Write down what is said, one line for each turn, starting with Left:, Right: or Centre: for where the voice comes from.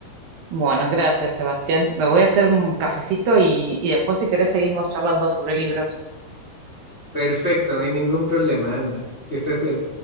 Right: Bueno, gracias, Sebastián. Me voy a hacer un cafecito y, y después si querés seguimos charlando sobre libros.
Left: Perfecto, no hay ningún problema, anda. Que estés bien.